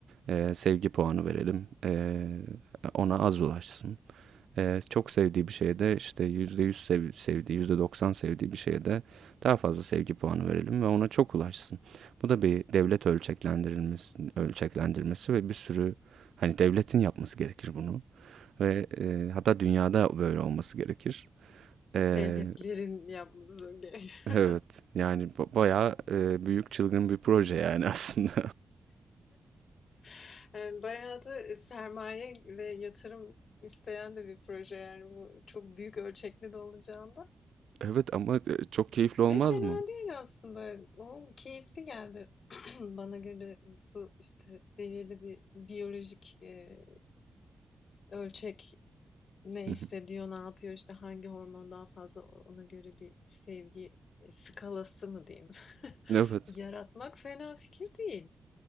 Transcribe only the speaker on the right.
e, sevgi puanı verelim. E, ona az ulaşsın. E, çok sevdiği bir şeye de işte %100 sev, sevdiği, %90 sevdiği bir şeye de daha fazla sevgi puanı verelim ve ona çok ulaşsın. Bu da bir devlet ölçeklendirilmesi, ölçeklendirmesi ve bir sürü hani devletin yapması gerekir bunu ve e, hatta dünyada böyle olması gerekir. E,
Evet yani ba- bayağı e, büyük çılgın bir proje yani <laughs> aslında.
Evet ama e, çok keyifli
olmaz
mı?
Hı hı.
Evet,